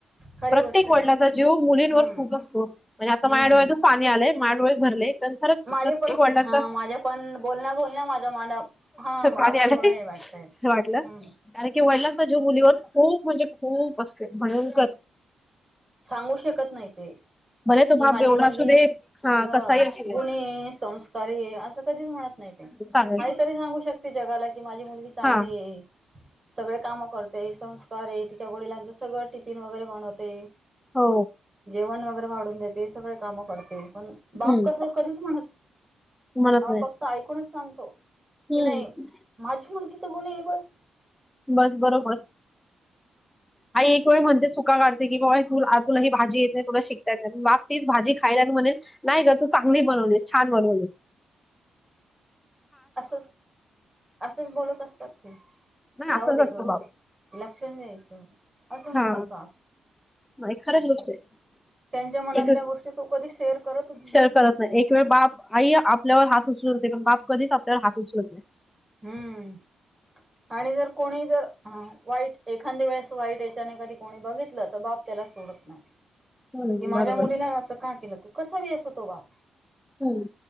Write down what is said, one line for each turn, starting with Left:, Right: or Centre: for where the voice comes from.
Right: खरी
Left: प्रत्येक
Right: गोष्ट आहे
Left: वडिलाचा जीव मुलींवर
Right: हम्म
Left: खूप असतो म्हणजे आता
Right: हम्म
Left: माझ्या डोळ्यात पाणी आलाय माझ्या डोळ्यात भरले खरच
Right: माझे
Left: प्रत्येक
Right: पण
Left: वडिलांचा
Right: हा माझ्या पण बोलण्या बोलण्या माझ्या मांडा हा मला
Left: पाणी
Right: पण
Left: आलं
Right: थोडं
Left: डोळ्यात
Right: हे वाटतंय हम्म
Left: वाटलं कारण की वडिलांचा जीव मुलीवर खूप म्हणजे खूप असत भयंकर
Right: सांगू शकत नाही ते
Left: भले तो
Right: कि
Left: बाप
Right: माझी
Left: बेवडा
Right: मुलगी
Left: असू दे हा
Right: अह
Left: कसाही असू दे
Right: गुणी संस्कारी आहे असं कधीच म्हणत नाही ते काही
Left: चालेल
Right: तरी सांगू शकते जगाला कि माझी मुलगी चांगली
Left: हा
Right: आहे सगळे काम करतय स कर आहे तिच्या वडिलांचं सगळं टिफिन वगैरे बनवते
Left: हो
Right: जेवण वगैरे वाढून देते हे सगळं काम करते पण बाप
Left: हम्म
Right: कस कधीच म्हणत
Left: म्हणत
Right: बाप
Left: नाही
Right: फक्त ऐकूनच सांगतो
Left: हम्म
Right: की नाही माझी मुलगी तर गुणी आहे बस
Left: बस बरोबर आई एक वेळ म्हणते चुका काढते कि बाबा त तुला ही भाजी येते तुला शिकता बाप तीच भाजी खायला आणि म्हणेल नाही ग तू चांगली बनवलीस छान बनवले
Right: असच असंच बोलत असतात ते
Left: नाही
Right: जाऊ
Left: असंच
Right: दे
Left: असतो
Right: ग
Left: बाप
Right: लक्ष नाही द्यायचं असं म्हणतात
Left: हा
Right: बाप
Left: नाही खरंच गोष्ट आहे
Right: त्यांच्या मनातल्या
Left: एक
Right: गोष्टी तो कधी शेअर करतच नाही
Left: शेअर करत नाही एक वेळ बाप आई आपल्यावर हात ते पण बाप कधीच आपल्याला हात उचलत नाही
Right: हम्म आणि जर कोणी जर वाईट एखाद्या वेळेस वाईट याच्याने कधी कोणी बघितलं तर बाप त्याला सोडत नाही
Left: हम्म
Right: कि
Left: बरोबर
Right: माझ्या मुलीला असं का केलं तू कसा बी असो तो बाप
Left: हम्म